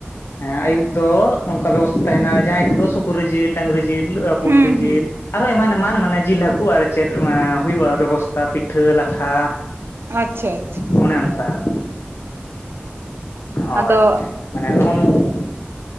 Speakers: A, on the left (about 80°); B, on the right (about 70°).
A: ᱦᱮᱸ, ᱟᱭᱩᱵ ᱫᱚ ᱚᱝᱠᱟ ᱵᱮᱵᱚᱥᱛᱟ ᱛᱟᱦᱮᱱᱟ ᱡᱟᱦᱟᱸᱭ ᱠᱚᱫᱚ ᱥᱩ ᱥᱩᱠᱨᱤ ᱡᱤᱞ, ᱰᱟᱹᱝᱨᱤ ᱡᱤᱞ ᱟᱨ ᱯᱩᱞᱴᱤ
B: ᱦᱩᱸ
A: ᱡᱤᱞ
B: ᱦᱩᱸ
A: ᱟᱨᱦᱚᱸ ᱮᱢᱟᱱ ᱮᱢᱟᱱ ᱢᱟᱱᱮ ᱡᱤᱞ ᱦᱟᱹᱠᱩ ᱟᱨ ᱪᱮᱫ ᱚᱱᱟ ᱦᱩᱭᱩᱜᱼᱟ ᱵᱮᱵᱚᱥᱛᱷᱟ ᱯᱤ ᱯᱤᱴᱷᱟᱹ ᱞᱟᱴᱷᱟ
B: ᱟᱪᱪᱷᱟ ᱟᱪᱪᱷᱟ
A: ᱮᱸᱻᱚᱱᱮ ᱚᱱᱠᱟ ᱾ ᱦᱳᱭ,
B: ᱟᱫᱚ
A: ᱢᱟᱱᱮ ᱱᱚᱜᱼᱚ